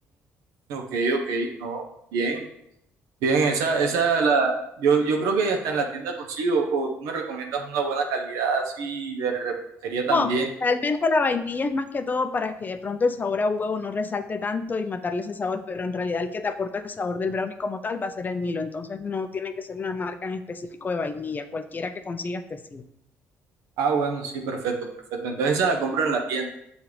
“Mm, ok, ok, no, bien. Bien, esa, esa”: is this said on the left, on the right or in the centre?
Right